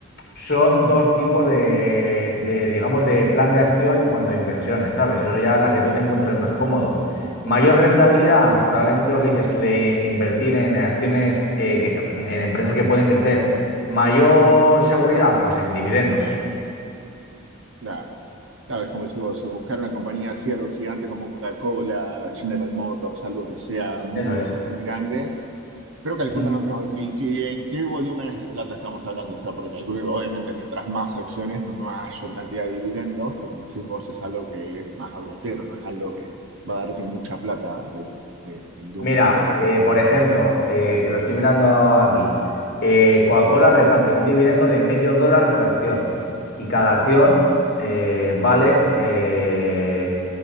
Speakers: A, on the left; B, on the right.
A: son dos tipos de, de, digamos, de plan de acción en cuanto a inversiones, ¿sabes? Eso ya es la que tú te encuentres más cómodo. Mayor rentabilidad, probablemente lo que dices tú de invertir en acciones, eh, que- en empresas que pueden crecer. Mayor seguridad, pues en dividendos.
B: claro, claro, es como si vos, buscar una compañía así, algo gigante como Coca-Cola, General Motors, algo que sea muy,
A: Eso es.
B: muy, muy grande Pero calculo
A: Mm.
B: no, no, que, que en qué volúmenes de plata estamos hablando. O sea, porque calculo que obviamente mientras más acciones, mayor cantidad de dividendos, pero como decís vos, es algo que es más agotero, no es algo que va a darte mucha plata de, una, de, de
A: Mira,
B: un periodo para
A: eh,
B: el otro.
A: por ejemplo, eh, que lo estoy mirando aquí, eh, Coca-Cola reparte un dividendo de medio dólar por acción y cada acción eh, vale eh,